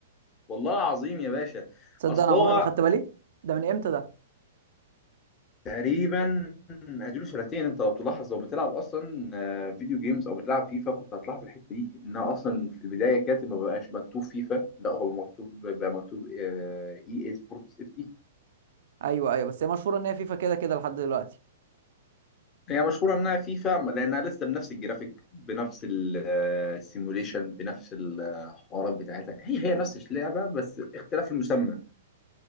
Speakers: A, on the left; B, on the right.
A: والله العظيم يا باشا
B: تصدق
A: اصل
B: انا عمري
A: هو
B: ما خدت بالي ده من امتى ده
A: تقريبا اديله سنتين انت لو بتلاحظ لو بتلعب اصلا آه، فيديو جيمز او بتلعب فيفا كنت هتلاحظ الحته دي انها اصلا في البدايه كانت ما بقاش مكتوب فيفا لا هو مكتوب بقى مكتوب اي اي سبورتس اف تي
B: ايوه ايوه بس هي مشهوره ان هي فيفا كده كده لحد دلوقتي
A: هي مشهوره انها فيفا لانها لسه بنفس الجرافيك بنفس السيموليشن بنفس الحوارات بتاعتها هي هي نفس اللعبه بس اختلاف المسمى